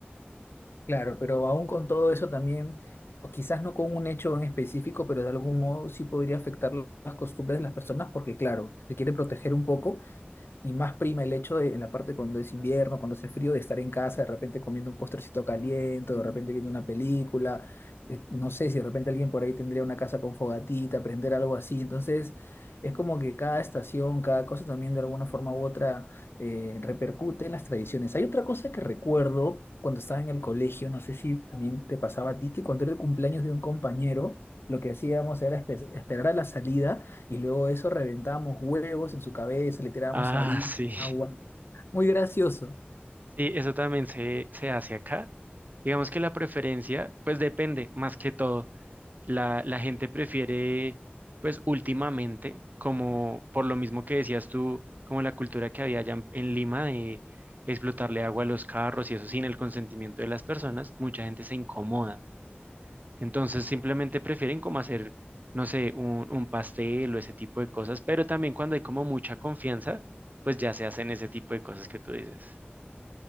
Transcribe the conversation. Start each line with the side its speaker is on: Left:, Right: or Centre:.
Left: Claro, pero aún con todo eso también, o quizás no con un hecho en específico, pero de algún modo sí podría afectar las costumbres de las personas, porque claro, se quiere proteger un poco, y más prima el hecho de, en la parte cuando es invierno, cuando hace frío, de estar en casa, de repente comiendo un postrecito caliente, o de repente viendo una película. eh, No sé si de repente alguien por ahí tendría una casa con fogatita, prender algo así. Entonces, es como que cada estación, cada cosa también de alguna forma u otra eh, repercute en las tradiciones. Hay otra cosa que recuerdo cuando estaba en el colegio, no sé si también te pasaba a ti, que cuando era el cumpleaños de un compañero, lo que hacíamos era espe- esperar a la salida y luego de eso reventábamos huevos en su cabeza, le tirábamos
Right: Ah,
Left: harina,
Right: <laughs> sí.
Left: agua. Muy gracioso.
Right: Sí, eso también se, se hace acá. Digamos que la preferencia, pues depende, más que todo. La, la gente prefiere, pues últimamente, como por lo mismo que decías tú, como la cultura que había allá en, en Lima de explotarle agua a los carros y eso sin el consentimiento de las personas, mucha gente se incomoda. Entonces simplemente prefieren como hacer, no sé, un, un pastel o ese tipo de cosas, pero también cuando hay como mucha confianza, pues ya se hacen ese tipo de cosas que tú dices.